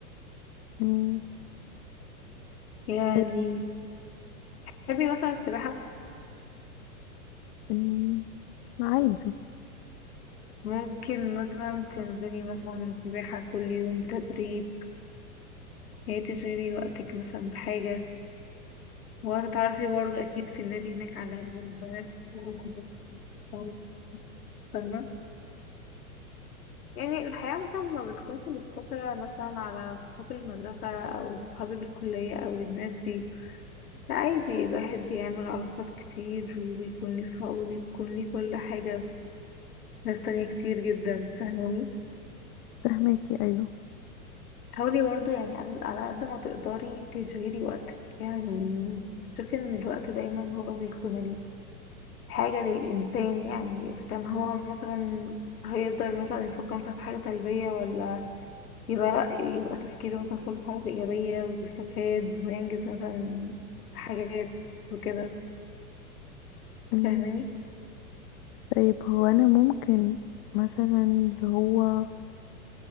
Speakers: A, on the left (about 40°); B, on the left (about 80°).
A: مم.
B: يعني
A: طيب
B: تحبي مثلا السباحة
A: أمم، عادي
B: ممكن مثلا تنزلي مثلا السباحة كل يوم تدريب يعني تشغلي وقتك مثلا بحاجة وهتتعرفي برضه أكيد في النادي هناك على البنات <laughs> خالص، فاهمة يعني الحياة مثلا ما بتكونش مقتصرة مثلا على صحاب المدرسة أو صحاب الكلية أو الناس دي لا عادي الواحد بيعمل علاقات كتير وبيكون ليه صحاب وبيكون ليه كل حاجة ناس تانية كتير جدا فاهماني
A: فهماكي ايوه
B: حاولي برضه يعني على على قد ما تقدري تشغلي وقتك يعني شوفي ان الوقت دايما هو بيكون الحاجة للإنسان يعني إذا كان هو مثلا هيقدر مثلا يفكر مثلا في حاجة سلبية ولا يبقى لأ يبقى تفكيره مثلا كله في حاجة إيجابية ويستفاد وينجز مثلا في حاجات وكده
A: مم.
B: فاهماني
A: طيب هو انا ممكن مثلا اللي هو